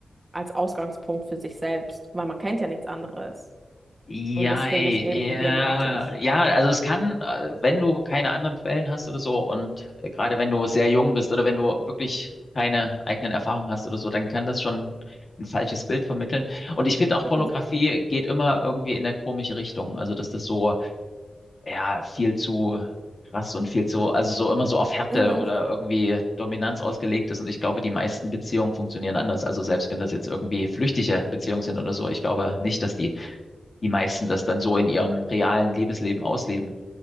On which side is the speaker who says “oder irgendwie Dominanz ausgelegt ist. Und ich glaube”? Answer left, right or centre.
Left